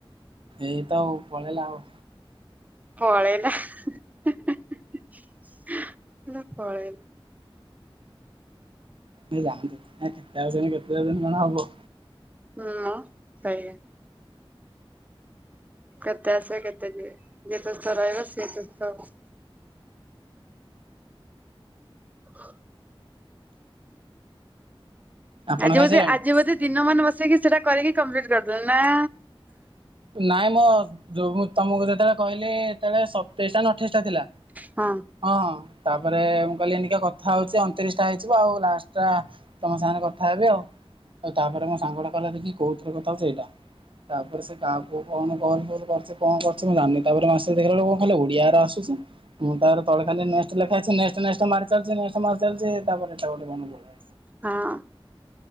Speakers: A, on the right (about 65°); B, on the right (about 15°).
A: ଏଇତ ଆଉ ପଳେଇଲା ଆଉ।
B: ପଳେଇଲା, କହିଲା ପଳେଇଲା।
A: ଯାଆନ୍ତୁ ନା କେତେ ଆଉଚନ୍ତି କେତେ ଯାଉଚନ୍ତି କଣ ହବ।
B: ହୁଁ ସେଇଆ। କେତେ ଆସିବେ କେତେ ଯିବେ। ଯିଏ ତୋ ସହିତ ରହିବ ସେ ତୋତେ ତ <inaudible>
A: ଆପଣ
B: ଆଜି
A: ଖାଇସାରିଲେଣି?
B: ବୋଧେ ଆଜି ବୋଧେ ଦିନ ମାନ ବସିକି ସେଟା କରିକି କମ୍ପ୍ଲିଟ କରିଦେଲେ ନା?
A: ନାଇଁ ମୋଁ ତମକୁ ଯେତେବେଳେ କହିଲି ସେତେବେଳେ ସତେଇଶଟା ଅଠେଇଶ ଟା ଥିଲା
B: ହଁ।
A: ହଁ ହଁ ତାପରେ ମୁଁ କହିଲି ଏଇନିକା କଥା ହଉଛି ଅଣତିରିଶ ଟା ହେଇଯିବ ଆଉ ଲାଷ୍ଟ ଟା ତମ ସାଙ୍ଗରେ କଥା ହେବି ଆଉ। ତାପରେ ମୋ ସାଙ୍ଗଟା କହିଲା ବିକି କୋଉଥିରେ କଥା ହଉଛୁ ସେଇଟା। ତାପରେ ସେ କାହାକୁ କଣ କଲ୍-ଫଲ୍ କରିଛି କଣ କରୁଛି ମୁଁ ଜାଣିନି। ତାପରେ ମୁଁ ଆସିବି ଦେଖିଲାବେଳକୁ କଣ ଖାଲି ଓଡ଼ିଆ ରା ଆସୁଛି ମୁଁ ତାପରେ ତଳେ ଖାଲି ନେଷ୍ଟ ଲେଖା ହୋଇଛି ନେଷ୍ଟ, ନେଷ୍ଟ ମାରିଚାଲିଛି ନେଷ୍ଟ ମାଡିଚାଲିଛି ତାପରେ ଏଟା ଗୋଟେ କଣ ପଳେଇ ଆସିଲା।
B: ହଁ।